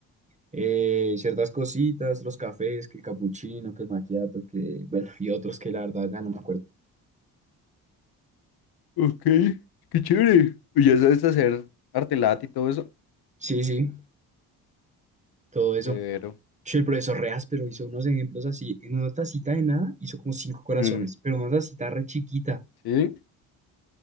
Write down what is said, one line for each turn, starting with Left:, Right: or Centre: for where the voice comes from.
Right: eh, ciertas cositas, los cafés, que el capuchino, que el macchiato, que, bueno, y otros que la verdad ya no me acuerdo.
Left: Ok, qué chévere. ¿Y ya sabes hacer arte lat y todo eso?
Right: Sí, sí, todo eso.
Left: Severo.
Right: Che, el profesor re áspero hizo unos ejemplos así. En una tacita de nada hizo como cinco corazones,
Left: Ujú,
Right: pero una tacita re chiquita.
Left: Sí,